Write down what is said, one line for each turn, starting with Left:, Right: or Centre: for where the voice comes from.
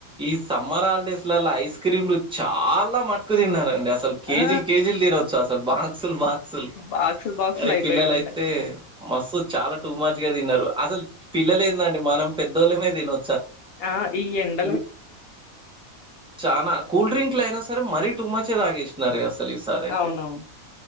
Centre: ఈ సమ్మర్ హాలిడేస్ లల్లా ఐస్ క్రీమ్ లు చాలా మటుకు తిన్నారండి అసలు కేజీలు
Left: ఆ!
Centre: కేజీలు తినవచ్చు అసలు బాక్సులు బా స్సులు
Left: బాక్సులు, బాక్సులు
Centre: మరి
Left: అయిపోయి
Centre: పిల్లలు
Left: ఉంటాయి.
Centre: అయితే మస్త్ చాలా టూ మాచ్చ్గా తిన్నారు అసలు పిల్లలే ఏందండి మనం పెద్దోళ్ళమే తినొ
Left: ఆ ఈ ఎంత
Centre: కూ చానా కూల్ డ్రింక్లు అయినా సరే మరీ టూ మచ్ మంచిగా తగేసినారే అసలు ఈ సారి అయితే
Left: అవునవును.